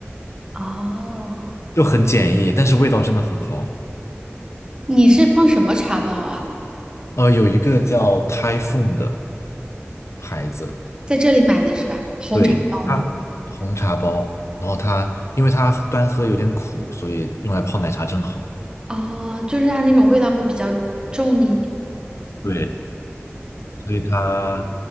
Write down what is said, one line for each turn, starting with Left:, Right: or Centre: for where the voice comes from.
Right: 哦，
Left: 就很简易，但是味道真的很好。
Right: 你是放什么茶包啊？
Left: 呃，有一个叫 Typhoon 的牌子，
Right: 在这里买的是吧？红茶包吗？
Left: 对，它红茶包，然后它因为它端喝有点苦，所以用来泡奶茶正好。
Right: 哦，就是它那种味道会比较重一点。
Left: 对，所以它